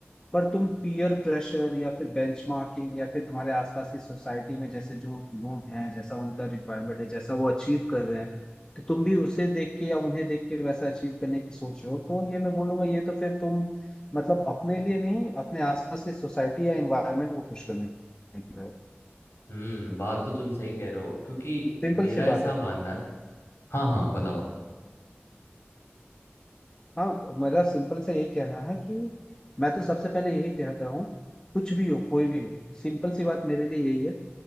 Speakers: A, on the left; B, on the left.
A: पर तुम पीयर प्रेशर या फिर बेंचमार्किंग या फिर तुम्हारे आसपास की सोसाइटी में जैसे जो लोग हैं जैसा उनका रिक्वायरमेंट है जैसा वो अचीव कर रहे हैं तो तुम भी उसे देख के या उन्हें देख के वैसा अचीव करने की सोच रहे हो तो ये मैं बोलूंगा ये तो फिर तुम मतलब अपने लिए नहीं अपने आसपास की सोसाइटी या एनवायरनमेंट को खुश करने के लिए हो।
B: हम्म बात तो तुम सही कह रहे हो क्योंकि
A: सिंपल
B: मेरा
A: सी
B: ऐसा
A: बात है
B: मानना है हाँ हाँ बताओ
A: हाँ मेरा सिंपल से यही कहना है कि मैं तो सबसे पहले यही कहता हूँ कुछ भी हो कोई भी हो सिंपल सी बात मेरे लिए यही है